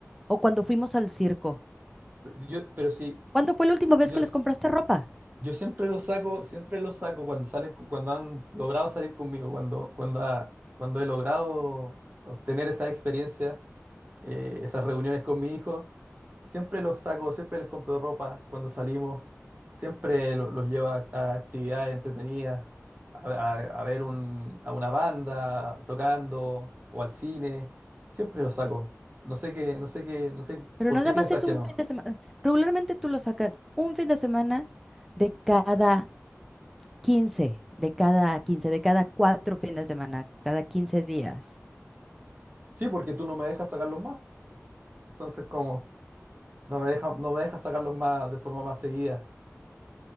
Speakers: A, in the centre; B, on the right.
A: o cuando fuimos al circo?
B: pe- yo, pero si
A: ¿Cuándo fue la última vez
B: yo,
A: que les compraste ropa?
B: Yo siempre los saco, siempre los saco cuando salen, cuando han logrado salir conmigo, cuando, cuando, ha- cuando he logrado obtener esas experiencias, eh, esas reuniones con mi hijo, siempre los saco, siempre les compro ropa cuando salimos, siempre lo- los, llevo a, a actividades entretenidas, a, a- a ver un- a una banda tocando o al cine, siempre los saco. No sé qué, no sé qué, no sé
A: Pero
B: por
A: nada
B: qué piensas
A: más es
B: que
A: un
B: no.
A: fin de semana. Regularmente tú lo sacas un fin de semana de cada 15, de cada 15, de cada cuatro fines de semana, cada 15 días.
B: Sí, porque tú no me dejas sacarlos más, entonces ¿cómo? No me deja, no me deja sacarlos más de forma más seguida.